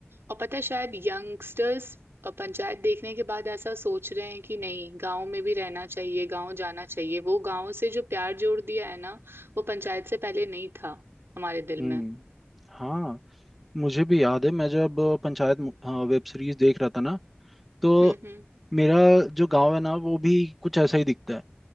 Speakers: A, on the right; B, in the centre.
A: और पता है शायद यंगस्टर्स पंचायत देखने के बाद ऐसा सोच रहे हैं कि नहीं गांव में भी रहना चाहिए गांव जाना चाहिए वो गांव से जो प्यार जोड़ दिया है ना वो पंचायत से पहले नहीं था हमारे दिल
B: हम्म
A: में
B: हाँ मुझे भी याद है मैं जब पंचायत मु- हाँ, वेब सीरीज देख रहा था ना तो
A: हम्म
B: मेरा जो गांव है ना वो भी कुछ ऐसा ही दिखता है